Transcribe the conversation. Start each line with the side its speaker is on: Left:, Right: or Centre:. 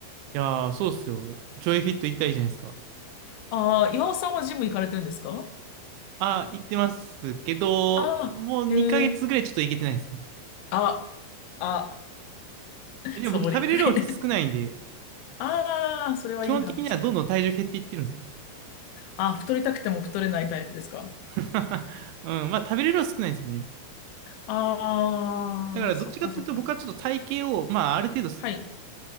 Right: いやー、そうっすよ。ジョイフィット行ったらいいじゃないですか。
Left: ああ、岩尾さんはジム行かれてるんですか
Right: あー、行ってますけど、
Left: ああー、
Right: もう2ヶ月ぐらいちょっと行けてないですね。
Left: へえ、あ、あ、
Right: えでも僕食べれる量少ないんで、
Left: サボりとか言って。<laughs> ああ、それはいい話だ。
Right: 基本的にはどんどん体重減っていってるんですよ。
Left: ああ、太りたくても太れないタイプですか。
Right: <laughs> うん、まあ食べれる量少ないんですよね。
Left: ああー、
Right: だからどっちかっていうと僕はちょっと体型を、
Left: そっかそっか。
Right: まあある程度す
Left: はい。